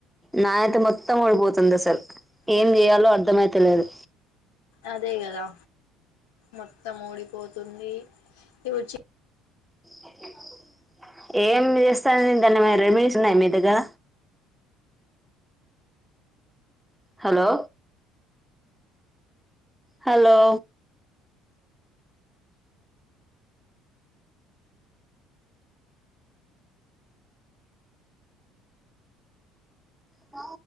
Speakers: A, in the centre; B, on the left (about 85°).
A: నావి అయితేమొత్తం ఊడిపోతుంది అసలు ఏం
B: ఉమ్
A: చేయాలో అర్థమయితాలేదు.
B: అదే కదా మొత్తం ఓడిపోతుంది. ఇవి వచ్చి
A: అ ఏం చేస్తాను దాన్ని రెమెడీస్ ఉన్నాయ మీ దగ్గర హలో హలో అ